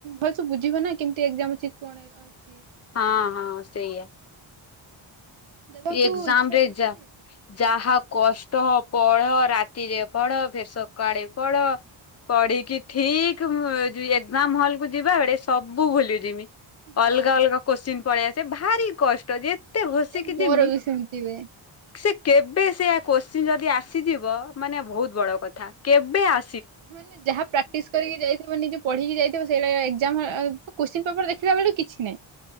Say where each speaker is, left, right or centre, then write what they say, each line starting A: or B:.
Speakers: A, on the right; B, on the left.
A: ଭଲସେ ବୁଝିବ ନା କେମତି ଏଗଜାମ ଅଛି। କଣ ଅଛି।
B: ହଁ
A: ସେଇଠି
B: ହଁ ସେଇଆ।
A: ଦେବାକୁ
B: ଏକ୍ଜାମରେ
A: ଇଚ୍ଛା ବେଶୀ
B: ଯା
A: ଯେ
B: ଯାହା କଷ୍ ଟ ପଢ ରାତିରେ ପଢ ଫେରେ ସକାଳେ ପଢ। ପଢ଼ିକି ଠିକ ଏକ୍ଜାମ ହଲ୍ କୁ ଯିବା ବେଳେ ସବୁ ଭୁଲି ଯିମି।
A: ହଁ
B: ଅଲଗା ଅଲଗା କୋଶ୍ଚିନ୍ ପଳେଇଆସେ ଭାରି କଷ୍ଟ ଯେତେ ଘୋଷ୍
A: ଏ ମୋର
B: ଯିମି
A: ବି ସେମିତି ହୁଏ।
B: ସେ କେବେ ସେଇଆ କୋଶ୍ଚିନ୍ ଯଦି ଆସିଯିବ ମାନେ ବହୁତ ବଡକଥା କେବେ ଆ
A: ମାନେ ଯାହା ପ୍ରାକ୍ଟିସ କରିକି ଯାଇଥିବ। ନିଜେ ପଢିକି ଯାଇଥିବ, ସେଇଟା ଆଇ ଏକ୍ଜାମର କୋଶ୍ଚିନ ପେପର ଦେଖିଲା ବେଳକୁ କିଛି ନାହିଁ।